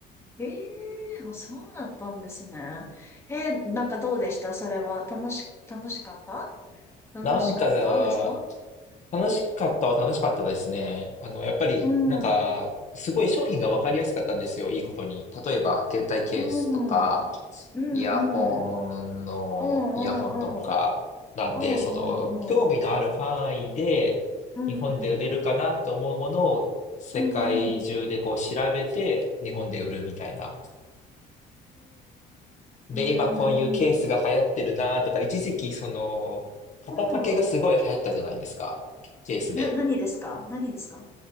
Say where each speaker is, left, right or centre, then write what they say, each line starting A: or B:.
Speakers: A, on the left; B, on the left.
A: ええー、あそうだったんですね。えー、なんかどうでしたそれは。楽し、楽しかった楽しかったですか
B: なんか、楽しかったは楽しかったですね。あの、やっぱり、
A: うん、
B: なんか、
A: うん、
B: すごい商品が分かりやすかったんですよ、いいことに。例えば、携帯ケースとか、
A: うん、うん、うん、
B: イヤホンの、
A: うん、うん、うん、
B: イヤホンとか、
A: うん、うん、
B: なんで、
A: うん、
B: その、興味のある範囲で、
A: うん、うん、
B: 日本で売れるかなと思うものを、
A: うん、うん、
B: 世界中でこう調べて、
A: うん、うん、
B: 日本で売るみたいな。で、今こういうケースが流行ってるなとか、
A: うん、
B: 一時期その、肩掛けがすごい流行ったじゃないですか。
A: うん、
B: ケースで。
A: な、何ですか何ですか